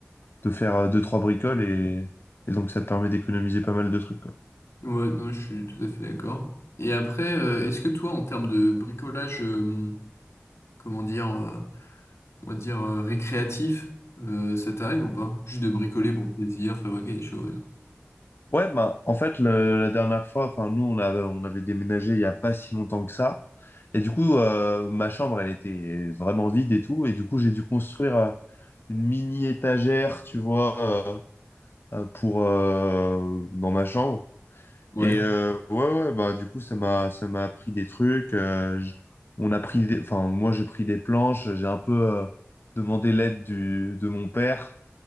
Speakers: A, on the left; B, on the left.
A: de faire euh, deux, trois bricoles et, et donc ça te permet d'économiser pas mal de trucs, quoi.
B: Ouais, non, je suis tout à fait d'accord. Et après, euh, est-ce que toi, en termes de bricolage, euh, comment dire... euh, on va dire, euh, récréatif, euh, ça t'arrive ou pas? Juste de bricoler pour le plaisir, fabriquer des choses.
A: Ouais, ben, en fait, le- la dernière fois, enfin, nous, on avait, on avait déménagé il y a pas si longtemps que ça. Et du coup, euh, ma chambre, elle était vraiment vide et tout. Et du coup, j'ai dû construire euh, une mini étagère, tu vois, euh, euh, pour, euh, dans ma chambre.
B: Ouais,
A: Et euh, ouais, ouais, ben, du coup, ça m'a, ça m'a appris des trucs. euh, j- on a pris des, enfin, moi, j'ai pris des planches. J'ai un peu euh, demandé l'aide du, de mon père